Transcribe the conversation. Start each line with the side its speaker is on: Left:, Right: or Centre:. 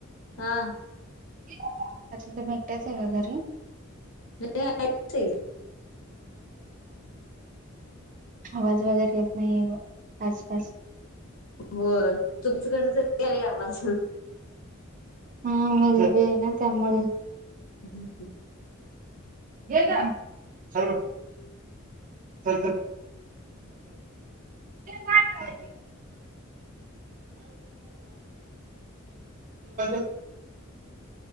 Left: हा.
Right: आता तुम्ही एकट्याच आहे का घरी?
Left: नाही आहेत कि ते.
Right: आवाज वगैरे येत नाहीये. आसपास.
Left: होय तुमच्याकडे तर यायलाय आवाज
Right: हा मल ये ना तेमुळे. <unintelligible>
Left: हू हू
Right: ये गं. <unintelligible> स <unintelligible> ये ना गं. <unintelligible> <unintelligible>